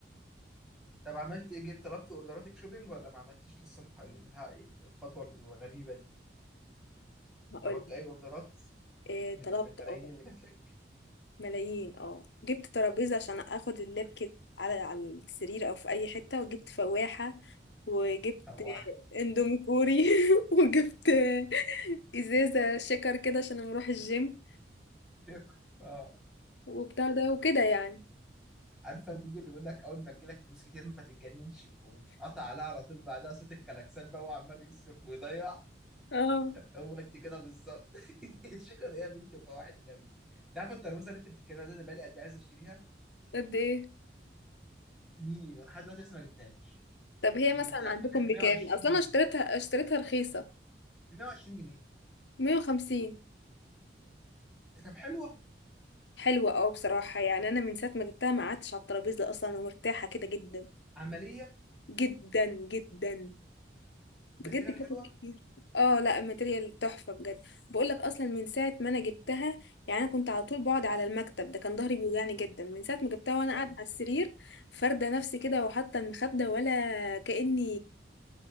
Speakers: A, in the centre; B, on the left (about 75°).
A: طب عملت ايه جبت طلبت اوردراتك شوبينج ولا ما عملتيش لسه الح- الها- الخطوه الغريبه دي
B: هقول
A: طلبت اي اوردرات
B: إيه
A: من
B: طلبت
A: من الملايين
B: اه
A: اللي جات لك
B: ملايين اه جبت ترابيزة عشان اخد اللاب كده على على السرير او في اي حتة وجبت فواحة وجبت
A: هو
B: اندومي كوري <laughs> وجبت ازازة شكر كده عشان أنا اروح الجيم
A: شكر اه
B: وبتاع ده وكده يعني
A: عارفه الفيديو اللي بيقول لك اول ما تجيلك فلوس كتير ما تتجننش وتتقطع عليها على طول بعدها صوت الكلاكسات بقى وعمال يصرف ويضيع
B: اه
A: هو انت كده بالظبط <laughs> شكر ايه يا بنتي وفواحد ايه يا بنتي انت عارفه الترموزه اللي انت بتتكلم عليها دي انا بقالي قد إيه عايز اشتريها
B: قد ايه
A: سنين ولحد دلوقتي لسه ما جبتهاش
B: طب هي
A: من
B: مثلا
A: لما
B: عندكم
A: كانت
B: بكام
A: ب 120
B: اصلا
A: جنيه
B: انا اشتريتها اشتريتها رخيصة
A: ب 120 جنيه
B: 150
A: طب حلوه
B: حلوة اه بصراحة يعني أنا من ساعة ما جبتها ما قعدتش على الترابيزة أصلا ومرتاحة كده جدا
A: عمليه
B: جدا جدا بجد
A: ماتيريال حلوه
B: فاتت كتير اه لا الماتيريال تحفة بجد بقولك أصلا من ساعة ما أنا جبتها يعني أنا كنت على طول بقعد على المكتب ده كان ظهري بيوجعني جدا من ساعة ما جبتها وأنا
A: حلو
B: قاعدة على السرير فاردة نفسي كده وحاطة المخدة ولا كأني